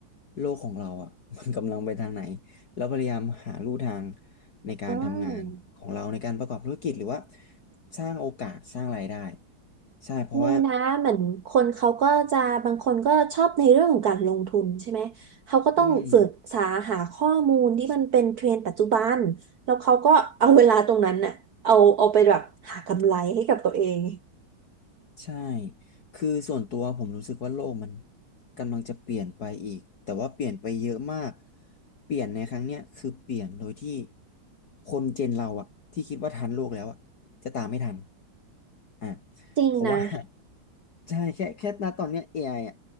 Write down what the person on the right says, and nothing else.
อ่า
มีนะเหมือนคนเขาก็จะบางคนก็ชอบในเรื่องของการลงทุนใช่ไหมเขาก็ต้องศึกษาหาข้อมูลที่มันเป็นเทรนด์ปัจจุบันแล้วเขาก็เอาเวลาตรงนั้นน่ะเอาเอาไปแบบหากำไรให้กับตัวเอง
จริงนะ